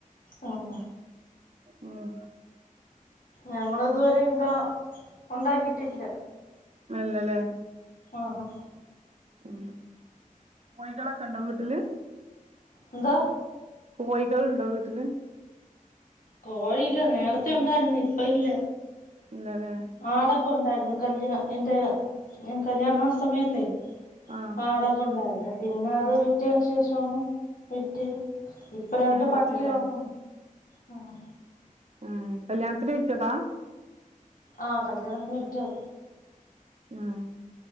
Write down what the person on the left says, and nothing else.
ആഹ്.
ഞങ്ങള്തുവരെ ഇണ്ടാ ഉണ്ടാക്കിട്ടില്ല
ആഹ് ആഹ്
എന്തോ
കോഴില്ല നേരത്തെ ഇണ്ടാരുന്നു ഇപ്പ ഇല്ല
ആടൊക്ക ഉണ്ടാരുന്നു കല്യാ എന്റെ കല്യണ സമയത്തേ
ആടൊക്ക ഉണ്ടാരുന്നു പിന്നെ അത് വിറ്റേന്ന് ശേഷാണ് വിറ്റ് ഇപ്പ രണ്ട്
പട്ടികളൊക്കണ്ട് ആഹ്
ആഹ് കല്യാണത്തിന് വിറ്റത്